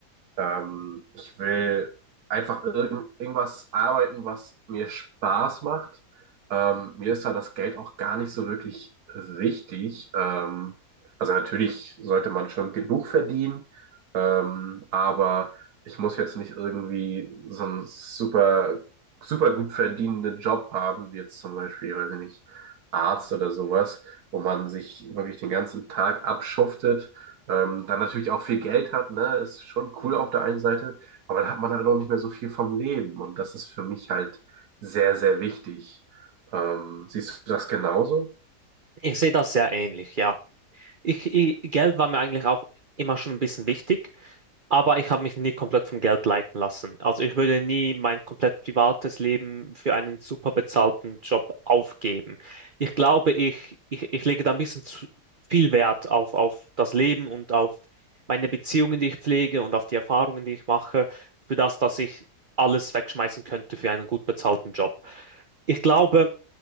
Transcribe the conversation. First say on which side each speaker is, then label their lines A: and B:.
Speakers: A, on the right; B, on the right.
A: ähm, ich will einfach irgend, irgendwas arbeiten, was mir Spaß macht. Ähm, mir ist da das Geld auch gar nicht so wirklich wichtig. Ähm, also natürlich sollte man schon genug verdienen, ähm, aber ich muss jetzt nicht irgendwie so einen super, super gut verdienenden Job haben, wie jetzt zum Beispiel, weiß ich nicht, Arzt oder sowas, wo man sich wirklich den ganzen Tag abschuftet ähm, dann natürlich auch viel Geld hat, ne, ist schon cool auf der einen Seite, aber dann hat man halt auch nicht mehr so viel vom Leben und das ist für mich halt sehr, sehr wichtig. Ähm, siehst du das genauso?
B: Ich sehe das sehr ähnlich, ja. Ich, ich, Geld war mir eigentlich auch immer schon ein bisschen wichtig, aber ich habe mich nie komplett vom Geld leiten lassen. Also ich würde nie mein komplett privates Leben für einen super bezahlten Job aufgeben. Ich glaube, ich, ich, ich lege da ein bisschen zu viel Wert auf, auf das Leben und auf meine Beziehungen, die ich pflege und auf die Erfahrungen, die ich mache, für das, dass ich alles wegschmeißen könnte für einen gut bezahlten Job. Ich glaube,